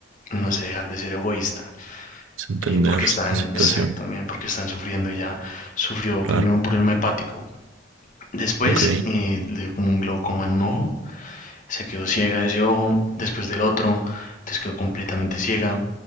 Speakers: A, on the left; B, on the right.
A: no sé, dejar de ser egoísta.
B: Es entender
A: eh, porque están,
B: la situación.
A: exactamente, porque están sufriendo. Ella sufrió primero
B: Claro,
A: un problema hepático Después
B: ok.
A: eh, le dio como un glaucoma en un ojo, se quedó ciega de ese ojo, después del otro, entonces quedó completamente ciega.